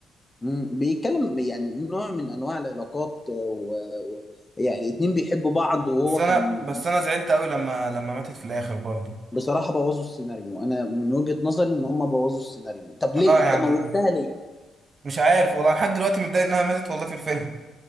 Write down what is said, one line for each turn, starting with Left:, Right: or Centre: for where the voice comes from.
Left: مم، بيتكلم يعني نوع من انواع العلاقات و... و... يعني اتنين بيحبوا بعض وهو
Right: بس انا
Left: كان
Right: بس انا زعلت قوي لما لما ماتت في الاخر برضه
Left: بصراحة بوظوا السيناريو انا من وجهة نظري ان هم بوظوا السيناريو طب
Right: اه
Left: ليه انت
Right: يعني
Left: موتها ليه
Right: مش عارف والله لحد دلوقتي متضايق انها ماتت والله في الفيلم